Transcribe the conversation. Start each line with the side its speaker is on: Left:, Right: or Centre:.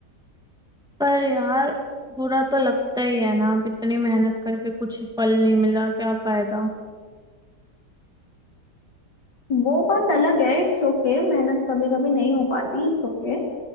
Centre: पर यार बुरा तो लगता ही है ना अब इतनी मेहनत करके कुछ फल नहीं मिला क्या फायदा
Left: वो बात अलग है इट्स ओके मेहनत कभी कभी नहीं हो पाती इट्स ओके